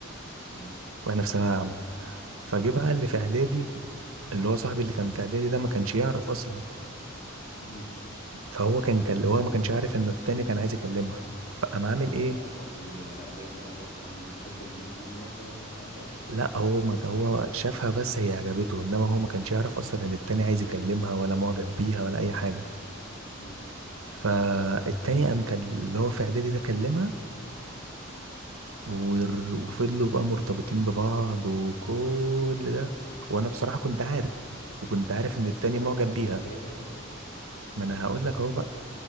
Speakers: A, on the left (about 30°); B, on the right (about 80°).
A: مم.
B: واحنا في ثانوية عامة فجه بقى اللي في اعدادي اللي هو صاحبي اللي كان في اعدادي ده ما كانش يعرف اصلا
A: مم.
B: فهو كان كان- هو ما كانش عارف ان التاني كان عايز يكلمها فقام عامل
A: هو
B: ايه
A: صاحبك اللي من إعدادي ده هو كان بيحب البنت دي مثلا أو حاجة ولا
B: لا هو ما هو شافها بس هي عجبته انما هو ما كانش يعرف اصلا ان التاني عايز يكلمها ولا معجب بيها ولا اي حاجه
A: مم.
B: فالتاني قام كان اللي هو في اعدادي ده كلمها ور- وفضلوا بقى مرتبطين ببعض وكل ده وانا بصراحه كنت عارف وكنت عارف ان التاني
A: وصاحبك
B: معجب
A: التاني
B: بيها
A: اتضايق يعني
B: ما انا هقول لك اهو بقى